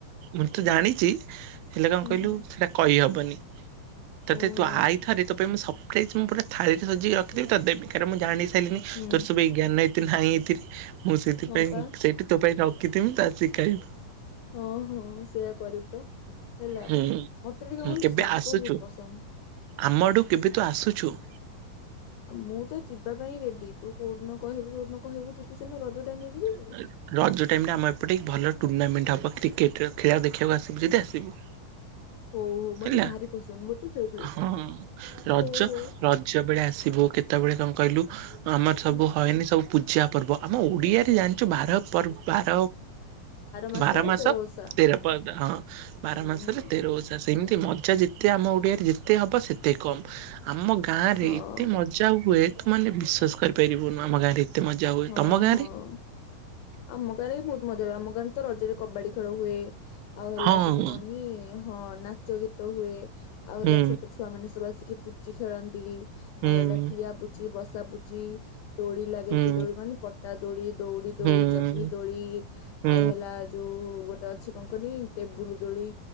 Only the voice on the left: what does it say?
ହୁଁ
ହୁଁ
ଓହୋ
ହୁଁ
ହଁ ପା
ହଁ ହଁ ସେୟା କରିବୁ ତ ହେଲା।
ମତେ ଟିକେ
ବୋଲି
ଶାଗ
ବହୁତ ପସନ୍ଦ।
ମୁଁ ତ ଯିବା ପାଇଁ ରେଡି ତୁ କୋଉଦିନ କହିବୁ ଯୋଉଦିନ କହିବୁ ଯିବି ସେଇଦିନ। ରଜ ଟାଇମ ଯିବି
କି?
ହଉ ହୋ ମତେ
ଭାରି ପସନ୍ଦ। ମୋର ତ ଫେବରେଟ।
ହୁଁ ହୁଁ।
ହୁଁ
ମାସରେ
ତେର ଓଷା।
ହୁଁ
ହଁ
ହଁ
ହଁ। ଆମ ଗାଁରେ ବି ବହୁତ ମଜ ହୁଏ। ଆମ ଗାଁରେ ତ ରଜରେ କବାଡି ଖେଳ ହୁଏ। ଆଉ ହେଲା
ସବୁ କଣ କି ହଁ ନାଚ ଗୀତ ହୁଏ। ଆଉ
ହେଲା ଛୋଟ ଛୋ ଟୁ ଆ ମାନେ ସବୁ ଆସିକି ପୁଚି ଖେଳନ୍ତି
ଆଉ ହେଲା ଠିଆ ପୁଚି, ବସା ପୁଚି, ଦୋଳି ଲାଗେ।
କି ଦୋଳି କହନି? ପଟା ଦୋଳି, ଦଉଡି ଦୋଳି,
ଚକ୍ରି ଦୋଳି
ଆଉ ହେଲା ଯୋଉ ଗୋଟ ଟେ ଅଛି କଣ କହନି ଟେବୁଲୁ ଦୋଳି